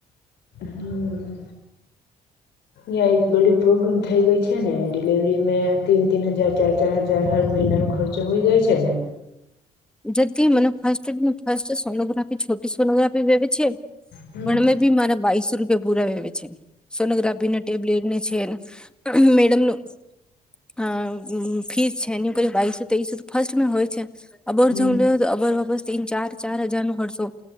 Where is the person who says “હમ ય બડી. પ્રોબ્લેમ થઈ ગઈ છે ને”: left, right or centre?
Left